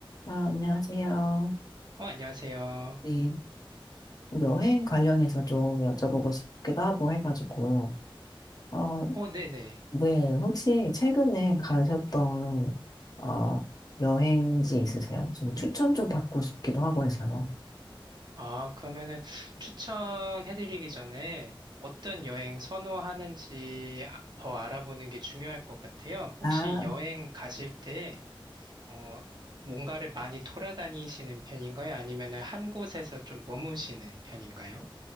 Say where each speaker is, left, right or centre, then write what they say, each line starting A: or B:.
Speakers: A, on the left (about 45°); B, on the right (about 50°).
A: 아, 안녕하세요.
B: 어, 안녕하세요.
A: 네, 여행 관련해서 좀 여쭤보고 싶기도 하고 해가지고, 어,
B: 어, 네네.
A: 네, 혹시 최근에 가셨던, 어, 여행지 있으세요? 좀 추천 좀 받고 싶기도 하고 해서요.
B: 아, 그러면은 추천해드리기 전에 어떤 여행 선호하는지 아- 더 알아보는 게 중요할 것 같아요. 혹시
A: 아,
B: 여행 가실 때, 어, 뭔가를 많이 돌아다니시는 편인가요? 아니면은 한 곳에서 좀 머무시는 편인가요?